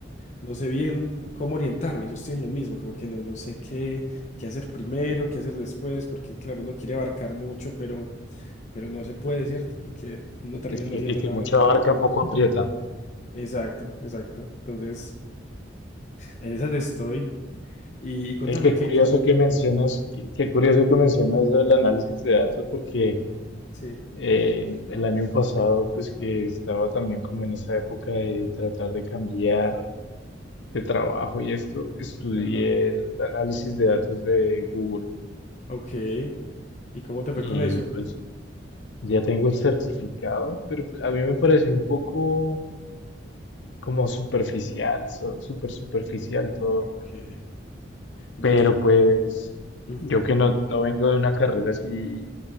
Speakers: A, on the left (about 40°); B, on the left (about 75°).
A: No sé bien cómo orientarme, yo estoy en lo mismo, como que no, no sé qué, qué hacer primero, qué hacer después, porque claro, uno quiere abarcar mucho, pero, pero no se puede, ¿cierto? Porque no terminan
B: El que,
A: haciendo
B: el que
A: nada.
B: mucho abarca, poco aprieta.
A: <clears throat> Exacto, exacto. Entonces, en esas estoy. Y, y contame
B: El que
A: qué,
B: curioso
A: qué-
B: que mencionas, qué, qué curioso que mencionas el análisis de datos, porque
A: Sí.
B: eh, el año pasado, pues que estaba también como en esa época de tratar de cambiar de trabajo y esto, estudié
A: Ajá.
B: el análisis de datos de Google.
A: Ok. ¿Y cómo te
B: Y
A: fue con eso?
B: pues Ya tengo el certificado, pero pues a mí me pareció un poco como superficial, so- súper superficial todo.
A: Ok. Bello.
B: Pero pues
A: Ujú,
B: yo que no, no vengo de una carrera así